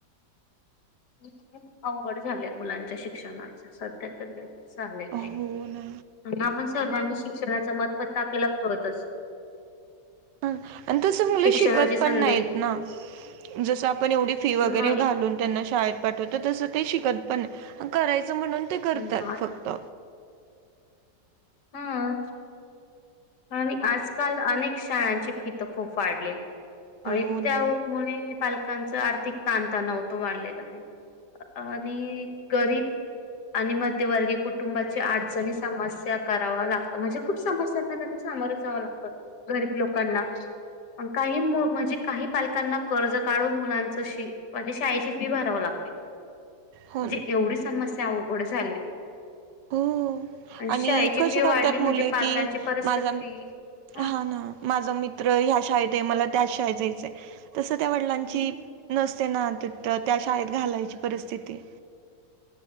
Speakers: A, on the left; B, on the right.
A: खूप, खूप अवघड झालंय मुलांच्या शिक्षणाच सध्या तर लय चालेल
B: हो
A: आहे
B: ना
A: बाई आपण सर्वांनी शिक्षणाचं महत्त्व तर आपल्याला कळतच.
B: ह आणि तस मुल
A: शिक्षणाची
B: शिकत
A: संधी
B: पण नाहीत ना. जसं आपण एवढी फी वगैरे
A: नाही
B: घालून त्यांना शाळेत पाठवतो तसं ते शिकत पण नाही करायचं म्हणून ते करतात
A: नाही
B: फक्त.
A: हा.. आणि आज काल अनेक शाळांची फी तर खूप वाढलेली. आणि
B: हो
A: त्यामुळे
B: ना
A: पालकांचं आर्थिक ताणताणाव होतो वाढलेलं आहे. आणि गरीब आणि मध्यवर्गी कुटुंबाची आडचणी, समस्या, करावा लागतो म्हणजे खूप समस्यांना त्यांना सामोरे जावं लागतं गरीब लोकांना. काही मु म्हणजे काही पालकांना कर्ज काढून मुलांच शि म्हंजे शाळेची फी भराव लागते.
B: हो
A: म्हणजे
B: ना
A: एवढी समस्या आवघड झाले
B: हो
A: आणि शाळे ची
B: कसे
A: फी
B: करतात
A: वाढली म्हणजे
B: मुले
A: पालकांची
B: की
A: परिस्थिती
B: माझा
A: आ
B: हा ना माझा मित्र ह्या शाळेत आहे मला त्याच शाळेत जायचं आहे, तसं त्या वडिलांची
A: हम्म.
B: नसते ना त त्या शाळेत घालायची परिस्थिती.